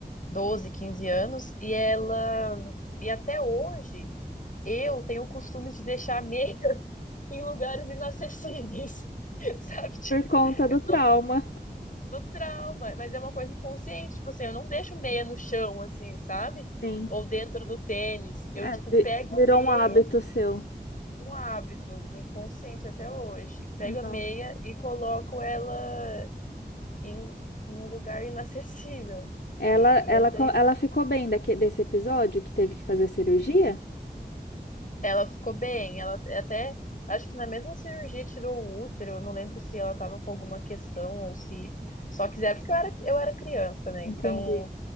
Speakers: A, on the left; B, on the left.
A: 12 15 anos, e ela e até hoje eu tenho o costume de deixar a meia <laughs> em lugares inacessíveis, <laughs> sabe? Tipo,
B: Por conta do trauma.
A: não- do trauma, mas é uma coisa inconsciente, tipo assim, eu não deixo meia no chão assim, sabe?
B: Sim.
A: Ou dentro do tênis, eu
B: É,
A: tipo
B: vi-
A: pego
B: virou
A: a meia
B: um hábito seu.
A: um hábito, um inconsciente até hoje. Pego
B: Nossa.
A: a meia e coloco ela em, em um lugar inacessível.
B: Ela,
A: E,
B: ela,
A: e eu tenho
B: co- ela ficou bem daque desse episódio que teve que fazer cirurgia?
A: Ela ficou bem, ela até, acho que na mesma cirurgia tirou o útero, eu não lembro se ela tava com alguma questão ou se só quiser, porque eu era, eu era criança, né?
B: Entendi,
A: Então